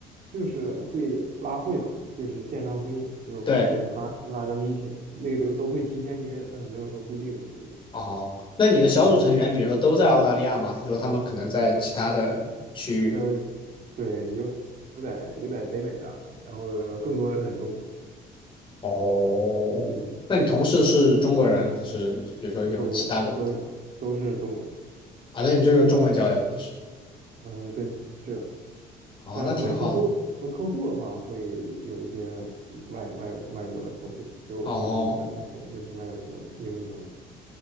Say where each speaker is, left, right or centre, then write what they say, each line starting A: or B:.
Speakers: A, on the right (about 55°); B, on the left (about 30°).
A: 就是会拉会嘛，就是线上会议嘛，就是会拉拉个
B: 对，
A: meeting，那个都都会提前约，但是没有说固定的时间。
B: 哦，那你的小组成员，
A: 嗯，
B: 比如说都在澳大利亚吗？还是说他们可能在其他的区域？
A: 的，对，有有在有在北美的，然后更多的是在中国。
B: 哦，
A: 嗯，
B: 那你同事是中国人还是比如说有其他国
A: 中国人都都是中国人。
B: 啊？那你就用中文交流平时？
A: 呃，对，是的，
B: 哦，
A: 但是和客户和客户的话，
B: 那挺好的。
A: 会有有一些外外外国的客户，就或者说潜在客户，
B: 哦，
A: 就是外文交流、英语交流。